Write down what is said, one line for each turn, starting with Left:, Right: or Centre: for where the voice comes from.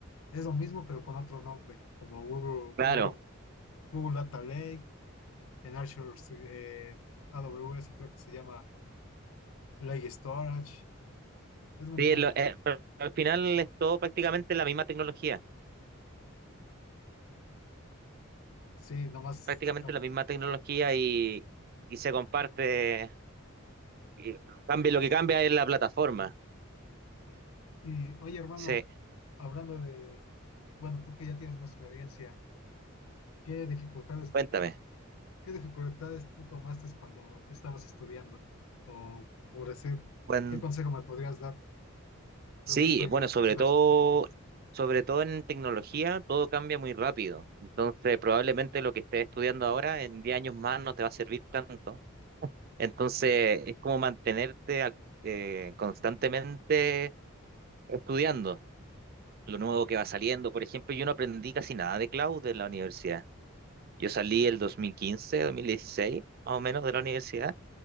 Left: es lo mismo, pero con otro nombre, como Google,
Right: Claro,
Left: Google, Google Data Lake, en Azure, eh, A W s creo que se llama. Play Storage. Es muy
Right: sí,
Left: buena.
Right: es lo-
Left: bro.
Right: eh, pero al final es todo prácticamente la misma tecnología,
Left: Sí, nomás.
Right: prácticamente
Left: cam-
Right: la misma tecnología y, y se comparte, y cambia, lo que cambia es la plataforma.
Left: Y oye, hermano,
Right: Sí,
Left: hablando de, bueno, tú que ya tienes más experiencia, ¿qué dificultades,
Right: cuéntame.
Left: qué dificultades tú tomaste cuando estabas estudiando? O por decir,
Right: Cuan-
Left: ¿qué consejo me podrías dar?
Right: sí,
Left: Lo que estoy
Right: bueno, sobre
Left: apenas.
Right: todo, sobre todo en tecnología, todo cambia muy rápido. Entonces, probablemente lo que estés estudiando ahora en 10 años más no te va a servir tanto. Entonces, es como mantenerte ac- eh, constantemente estudiando. lo nuevo que va saliendo. Por ejemplo, yo no aprendí casi nada de cloud en la universidad. Yo salí el 2015, 2016, más o menos, de la universidad